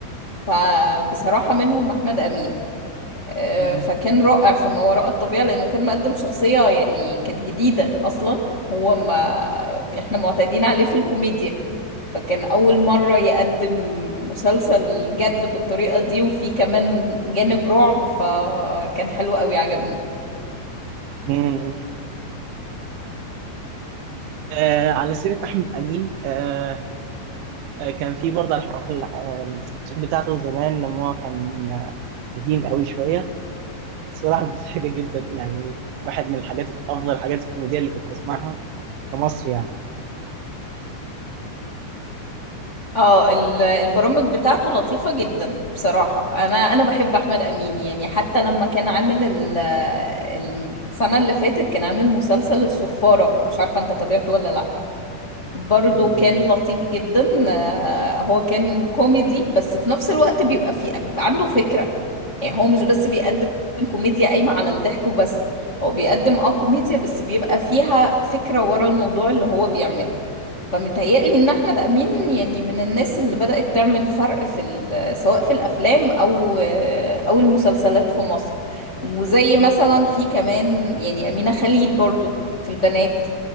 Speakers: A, on the left; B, on the right.
A: فبصراحة منهم احمد امين آه،
B: مم.
A: فكان رائع في ما وراء الطبيعة لأنه كان مقدم شخصية يعني كانت جديدة أصلا هو ما احنا معتادين عليه في الكوميديا فكان أول مرة يقدم مسلسل جد بالطريقة دي وفيه كمان جانب رعب فكان حلو قوي عجبني
B: مم. آه على سيرة أحمد أمين آه آه، كان في برضه على الحوار ال- آه، السكتشات بتاعته زمان لما هو كان قديم قوي شوية الصراحة مضحكة جدا يعني واحد من الحاجات الأفضل الحاجات الكوميدية اللي كنت بسمعها في مصر يعني
A: اه ال- البرامج بتاعته لطيفة جدا بصراحة انا انا بحب احمد امين يعني حتى لما كان عامل ال- السنة اللي فاتت كان عامل مسلسل الصفارة مش عارفة انت تابعته ولا لا برضو
B: أمم،
A: كان لطيف جدا آه، هو كان كوميدي بس في نفس الوقت بيبقى في بيبقى عنده فكرة يعني هو مش بس بيقدم كوميديا قايمة على الضحك وبس هو بيقدم اه كوميديا بس بيبقى فيها فكرة ورا الموضوع اللي هو بيعمله فمتهيألي ان احمد امين يعني من الناس اللي بدأت تعمل فرق في ال- سواء في الافلام او آه، او المسلسلات في مصر وزي مثلا في كمان يعني امينة خليل برضو في البنات